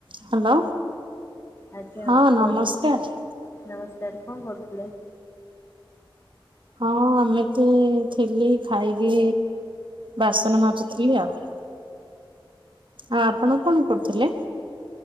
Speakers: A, on the right; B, on the left.
A: Hello
B: ଆଜ୍ଞା
A: ହଁ
B: କୁହନ୍ତୁ
A: ନମସ୍କାର।
B: ନମସ୍କାର କଣ କରୁଥିଲେ?
A: ହଁ ଏମିତି ଥିଲି ଖାଇକି ବାସନ ମାଜୁଥିଲି ଆଉ। ଆଉ ଆପଣ କଣ କରୁଥିଲେ।